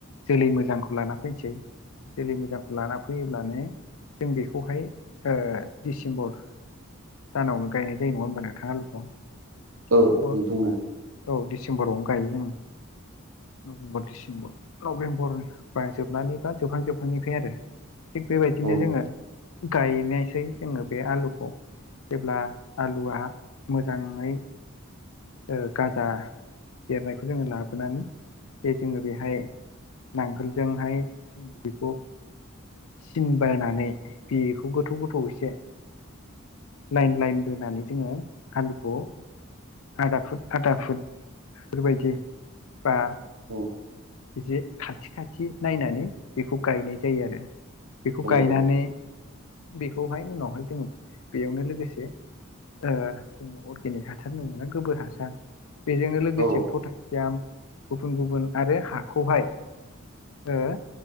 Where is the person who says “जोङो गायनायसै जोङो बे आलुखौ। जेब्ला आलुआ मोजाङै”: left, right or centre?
Left